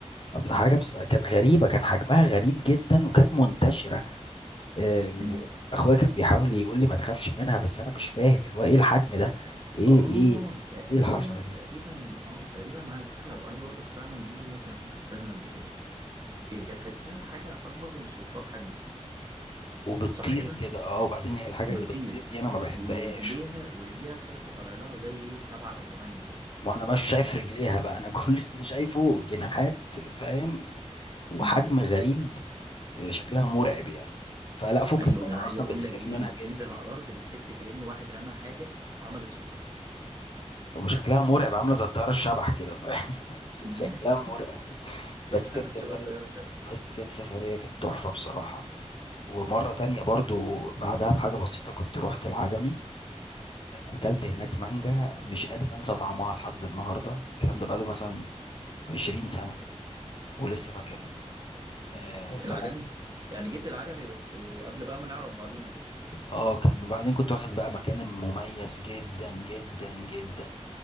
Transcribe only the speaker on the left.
حاجة بس كانت غريبة كان حجمها غريب جدا وكانت منتشرة آه،
وأخويا كان بيحاول يقول لي ما تخافش منها بس أنا مش فاهم اللي هو إيه الحجم ده إيه
إيه
إيه الحشرة دي
وبتطير
كده أه وبعدين هي الحاجة
اللي بتطير دي أنا ما بحبهاش
وأنا مش شايف رجليها بقى أنا <laughs> كل اللي شايفه جناحات فاهم وحجم
غريب آه، شكلها مرعب يعني فلا فكك
منها
أصلا
بتقرف
منها
جدا
يعني
وشكلها مرعب عاملة زي الطيارة الشبح كده فاهم <laughs>
شكلها مرعب
بس
كانت سفرية
بس كانت سفرية كانت تحفة بصراحة ومرة تانية برضو بعدها بحاجة بسيطة كنت رحت العجمي أكلت هناك مانجا مش قادر أنسى طعمها لحد النهاردة الكلام ده بقاله مثلا 20 سنة ولسه فاكرها آه فلا
اه كان وبعدين كنت واخد بقى مكان مميز جدا جدا جدا